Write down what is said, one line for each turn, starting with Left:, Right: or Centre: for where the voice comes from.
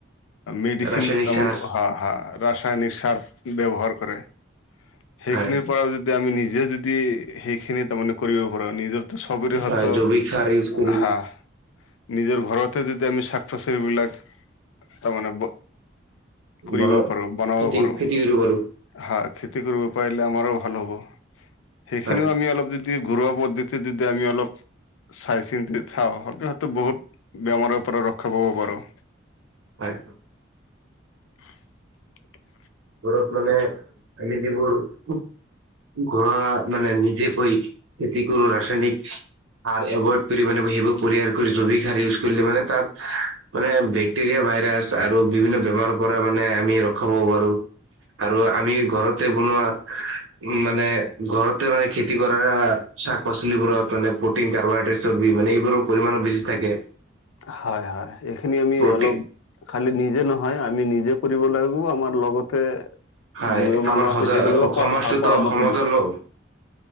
Left: মেডিচিন
Right: ৰাসায়নিক
Left: তে হা
Right: সাৰ
Left: হা ৰাসায়নিক সাৰ ব্যৱহাৰ কৰে। সেইখিনিৰ
Right: হয়
Left: পৰাও যদি আমি নিজে যদি সেইখিনি তাৰমানে কৰিব পাৰো নিজৰ চবৰে হতো
Right: হয় জৈৱিক সাৰ ইউজ কৰি
Left: হা। নিজৰ ঘৰতে যদি আমি শাক পাচল বিলাক তাৰমানে কৰিবও
Right: বন
Left: পাৰো, বনাবও
Right: খেতি
Left: পাৰো
Right: খেতি কৰিব পাৰো
Left: হা খেতি কৰিব পাৰিলে আমাৰো ভাল হব, সেইখিনিও
Right: হয়
Left: আমি অলপ যদি দি ঘৰুৱা পদ্ধতি দি আমি অলপ চাই চিন্তি চাওঁ সতো হয়তো বহুত বেমাৰৰ পৰা ৰক্ষা পাব পাৰো।
Right: হয়।
Left: <unintelligible>
Right: ঘৰত মানে থাকি দিব আৰু। ঘৰুৱা মানে নিজেকৈ খেতি কৰো ৰাসায়নিক সাৰ এভইড কৰি মানে সেইবোৰ পৰিহাৰ কৰি জৈৱিক সাৰ ইউজ কৰিলে মানে তাত মানে বেক্টেৰিয়া ভাইৰাছ আৰু বিভিন্ন বেমাৰৰ পৰা মানে আমি ৰখাবও পাৰো আৰু আমি ঘৰতে বনোৱা উম, মানে ঘৰতে মানে খেতি কৰা শাক পাচলিবোৰত মানে প্ৰটিন কাৰ্বহাইড্ৰেটছৰ বি, মানে এইবোৰৰ পৰিমাণো বেছি থাকে।
Left: হয়, হয়। এইখিনি আমি
Right: প্ৰটিন
Left: অলপ খালি নিজে নহয় আমি নিজে কৰিব লাগিব আমাৰ লগতে
Right: হয়
Left: যিবোৰোৰ
Right: আমাৰ
Left: মানুহ
Right: সজা
Left: আছে সেইসকলকো
Right: সমাজটোতো
Left: স, পৰামৰ্শ
Right: সমাজৰ
Left: দিওঁ।
Right: হয়